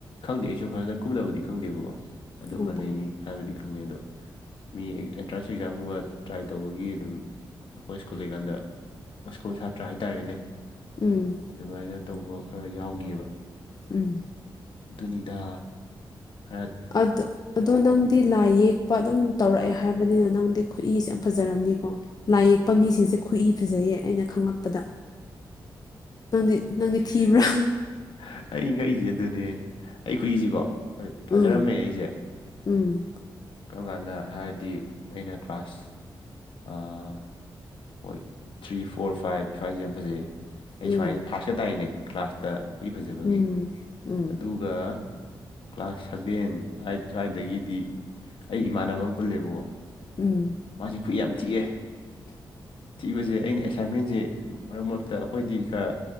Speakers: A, on the left; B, on the left.
A: ꯈꯪꯗꯦ ꯑꯩꯁꯨ ꯐꯖꯅ ꯀꯨꯞꯅꯕꯗꯤ ꯈꯪꯗꯦꯕꯀꯣ ꯑꯗꯨꯃ
B: ꯑꯣ ꯑꯣ
A: ꯂꯩ ꯍꯥꯏꯕꯗꯤ ꯈꯪꯉꯦ ꯑꯗꯣ ꯃꯤ ꯑꯦꯟꯇ꯭ꯔꯥꯟꯁ ꯑꯦꯛꯖꯥꯝꯒꯨꯝꯕ ꯇ꯭ꯔꯥꯏ ꯇꯧꯕꯒꯤ ꯑꯗꯨꯝ ꯑꯩꯈꯣꯏ ꯁ꯭ꯀꯨꯜ ꯂꯩꯀꯥꯟꯗ ꯁ꯭ꯀꯨꯜ ꯁꯥꯇ꯭ꯔ ꯍꯥꯏꯇꯥꯔꯦꯅꯦ꯫
B: ꯎꯝ
A: ꯑꯗꯨꯃꯥꯏꯅ ꯇꯧꯕ ꯈꯔ ꯌꯥꯎꯒꯤꯑꯕ
B: ꯎꯝ
A: ꯑꯗꯨꯅꯤꯗꯥ ꯍꯔꯠ
B: ꯑꯗ ꯑꯗꯣ ꯅꯪꯗꯤ ꯂꯥꯏ ꯌꯦꯛꯄ ꯑꯗꯨꯝ ꯇꯧꯔꯛꯑꯦ ꯍꯥꯏꯕꯅꯤꯅ ꯅꯪꯗꯤ ꯈꯨꯠꯏꯁꯦ ꯌꯥꯝ ꯐꯖꯔꯝꯅꯤꯀꯣ ꯂꯥꯏ ꯌꯦꯛꯄ ꯃꯤꯁꯤꯡꯁꯦ ꯈꯨꯠꯏ ꯐꯖꯩꯌꯦ ꯑꯩꯅ ꯈꯪꯂꯛ ꯄꯗ ꯅꯪꯗꯤ ꯅꯪꯗꯤ ꯊꯤꯕ꯭ꯔꯥ?
A: ꯎꯝ ꯑꯩ ꯉꯛꯏꯖꯦ ꯑꯗꯨꯅꯦ ꯑꯩ ꯈꯨꯠꯏꯖꯦꯀꯣ ꯍꯣꯏ ꯐꯖꯔꯝꯃꯦ
B: ꯎꯝ
A: ꯑꯩꯖꯦ
B: ꯎꯝ
A: ꯀꯔꯝ ꯀꯥꯟꯗ ꯍꯥꯏꯔꯗꯤ ꯑꯩꯅ ꯀ꯭ꯂꯥꯁ ꯑꯥ ꯍꯣꯏ ꯊ꯭ꯔꯤ ꯐꯣꯔ ꯐꯥꯏꯚ ꯁ꯭ꯋꯥꯏꯁꯦ ꯌꯥꯝ ꯐꯖꯩꯌꯦ꯫ ꯑꯩ
B: ꯎꯝ
A: ꯁ꯭ꯋꯥꯏꯅ ꯐꯥꯔꯁꯀ ꯇꯥꯏꯅꯦ ꯀ꯭ꯂꯥꯁꯇ ꯈꯨꯏ ꯐꯖꯕꯒꯤ
B: ꯎꯝ ꯎꯝ
A: ꯑꯗꯨ ꯗꯨꯒ ꯀ꯭ꯂꯥꯁ ꯁꯚꯦꯟ ꯑꯥꯏꯠ ꯁ꯭ꯋꯥꯏꯗꯒꯤꯗꯤ ꯑꯩ ꯏꯃꯥꯟꯅꯕ ꯑꯃ ꯄꯨꯜꯂꯦꯕꯀꯣ
B: ꯎꯝ
A: ꯃꯥꯁꯤ ꯈꯨꯠꯏ ꯌꯥꯝ ꯊꯤꯑꯦ ꯊꯤꯕꯖꯦ ꯑꯩꯅ ꯑꯦꯁꯥꯏꯟꯃꯦꯟꯖ‌ꯦ ꯃꯔꯛ ꯃꯔꯛꯇ ꯑꯩꯈꯣꯏꯗꯤ ꯈꯔ